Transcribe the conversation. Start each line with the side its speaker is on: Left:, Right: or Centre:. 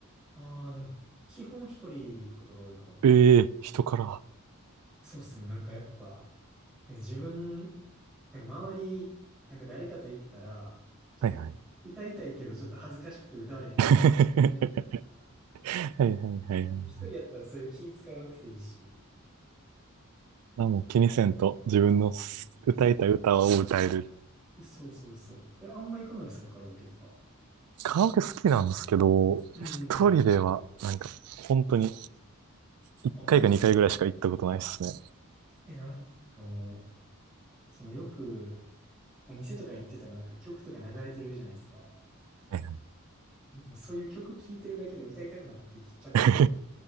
Centre: ああ、でも、基本一人で行くことが多いかも。
Right: ええー人から。は
Centre: そうですね。なんかやっぱ、なんか自分、なんか周り、なんか誰かと行ったら、ちょっと歌いたいけどちょっと恥ずかしくて歌われへん曲だったりするから、
Right: いはい。<laughs> はいはいはいはい。
Centre: でも一人やったらそういう気使わんくていいし。
Right: あ、もう気にせんと自分のす歌いたい歌を歌える。
Centre: そうそうそうそうそう。えそうそうそう。え、あんま行かないですか、カラオケとか。
Right: カラオケ好きなんですけど、
Centre: うん。
Right: 一人ではなんか本当に一回か二回ぐらいしか行ったことないですね。
Centre: あ、マジっすかえ、なんかもう、そのよくお店とか行ってたらなんか曲とか流れてるじゃないですか。
Right: はいは
Centre: もうそういう曲聴いてるだけで歌いたくなってきちゃって、
Right: い